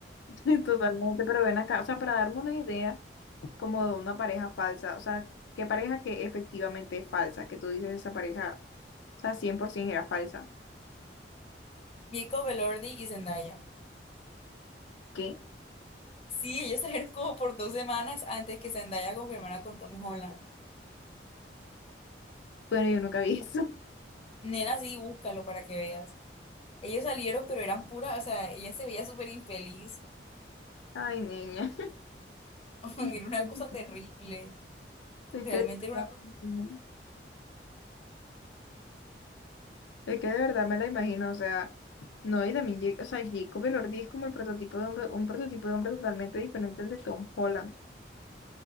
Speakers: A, on the left; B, on the left.
A: <laughs> Totalmente, pero ven acá, o sea, para darme una idea como de una pareja falsa, o sea, qué pareja que efectivamente es falsa, que tú dices esa pareja, o sea, 100% era falsa.
B: Jacob Elordi y Zendaya.
A: ¿Qué?
B: Sí, ellos <laughs> salieron como por dos semanas antes que Zendaya confirmara con Tom Holland.
A: Bueno, yo nunca vi eso.
B: Nena, sí, búscalo para que veas. Ellos salieron, pero eran pura, o sea, ella se veía súper infeliz.
A: <laughs> Ay, niña.
B: <laughs> Era
A: <laughs>
B: una cosa terrible.
A: Es
B: Realmente
A: que...
B: era
A: no,
B: una cosa.
A: no, no. Es que de verdad me la imagino, o sea, no, y también, Jake- o sea, Jacob Elordi es como el prototipo de hombre, un prototipo de hombre totalmente diferente al de Tom Holland.